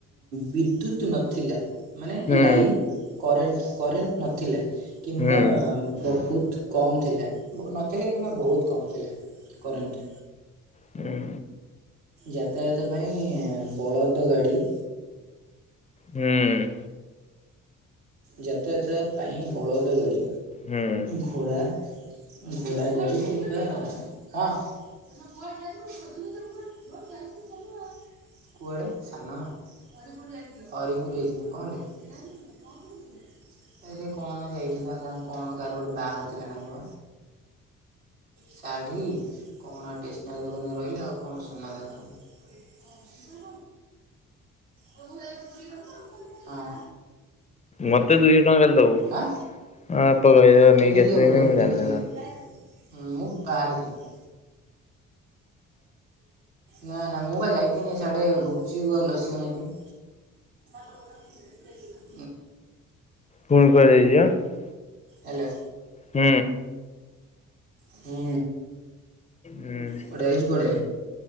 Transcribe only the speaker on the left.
ହୁଁ ହୁଁ
ହୁଁ ହୁଁ
ହୁଁ।
ହୁଁ।
ହୁଁ ହୁଁ
ମତେ ଦୁଇଶହ ଟଙ୍କା କାଲି ଦବୁ।
ଆ ପରିବା
ନେଇକି ଆସିବି
ମୁ
ଜାଣନି ହେରା।
ପୁଣି କୁଆଡ଼େ ଯାଇଚି ପା।
ହୁଁ।
ହୁଁ